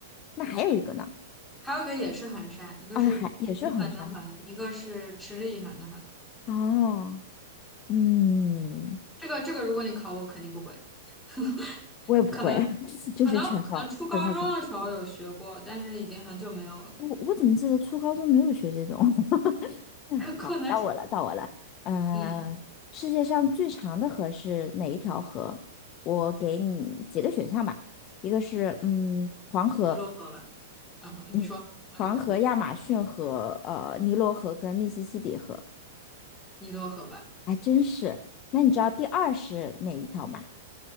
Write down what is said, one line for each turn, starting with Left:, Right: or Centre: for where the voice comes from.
Left: 那还有一个呢，
Centre: 还有一个也是衡山，一个是平衡的衡，
Left: 啊，还也是衡山
Centre: 一个是持之以恒的恒。
Left: 哦。嗯，
Centre: 这个这个，如果你考我，肯定不会。<laughs>
Left: 我也不会，
Centre: 可能
Left: <laughs> 就是全靠全靠猜。
Centre: 可能可能初高中的时候有学过，但是已经很久没有了。
Left: 我我怎么记得初高中没有学这种？<laughs> 嗯，
Centre: 可可能
Left: 好，到我了，到我了。嗯，
Centre: 嗯，
Left: 世界上最长的河是哪一条河？我给你几个选项吧，一个是嗯黄河，
Centre: 尼罗河吧。嗯，你说，
Left: 嗯黄河、
Centre: 嗯，
Left: 亚马逊河、呃尼罗河跟密西西比河。
Centre: 尼罗河吧，
Left: 还真是。那你知道第二是哪一条吗？